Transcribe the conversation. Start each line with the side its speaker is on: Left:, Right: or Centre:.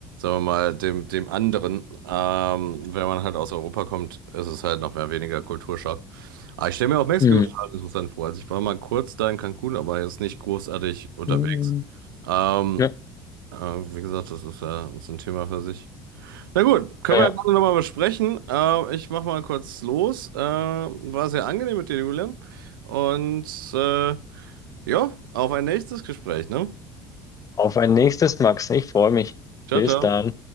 Right: wir mal dem dem anderen. Ähm, wenn man halt aus Europa kommt, ist es halt noch mehr weniger Kulturschock. Aber ich stelle mir auch Mexiko
Left: Mhm.
Right: total interessant vor. Also ich war mal kurz da in Cancun, aber jetzt nicht großartig unterwegs.
Left: Mhm.
Right: Ähm,
Left: Ja,
Right: äh, wie gesagt, das ist ja so ein Thema für sich. Na gut, können
Left: ja.
Right: wir ja gerne nochmal besprechen. Äh, ich mache mal kurz los. Äh, war sehr angenehm mit dir, Julian. Und äh, ja, auf ein nächstes Gespräch, ne?
Left: Auf ein nächstes, Max. Ich freue mich.
Right: Ciao,
Left: Bis
Right: ciao.
Left: dann.